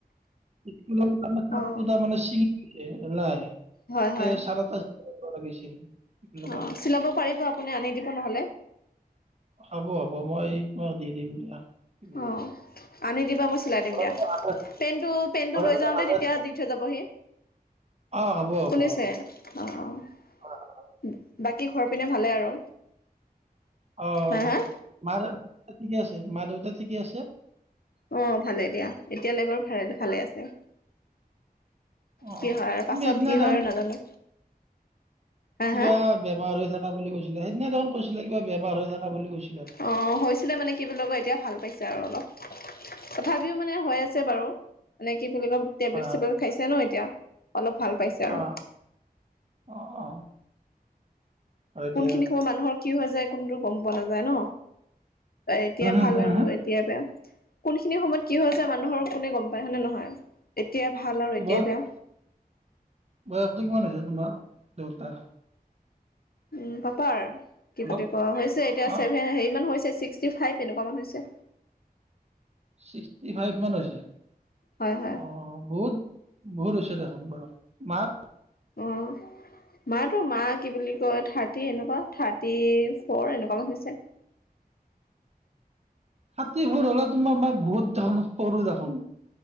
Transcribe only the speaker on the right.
স্কুল তাৰমান ছাত্ৰটো
তাৰমানে <unintelligible> নাই।
এ চাৰে এটা কৰিব লাগিছিল কি বুলি কয়
হ'ব হ'ব মই মই দি দিম দিয়া। কি বুলি
কয়
ঘৰৰ
পিনে ভালে আছে?
ঘৰৰ
পিনে
ভালে
আছে
অ হ'ব হ'ব
হ'ব হয়
হয় হয়
অ
মা ঠিকে আছে মা দেউতা ঠিকে আছে!
অ
তুমি
সদিনা
দেখোন
কিবা
বেমাৰ হৈ থাকা বুলি কৈছ সেইদিনা দেখোন কৈছিলা, কিবা বেমাৰ হৈ থাকা বুলি কৈছিল
হয়
হয় অ অ অ হয় দিয়া
হু হু
হু
হু
অ
বয়স
বয়সটো কিমান আছে তোমাৰ? দৌতা।
হেল্ল'
অ
ছিক্সটি ফাইভ মান হৈছে!
অ বহুত, বহুত হৈছে দেখোন বয়স। মাৰ?
থাৰ্টি ফৰ হলে তোমাৰ মা বহুত ডাঙ সৰু দেখোন।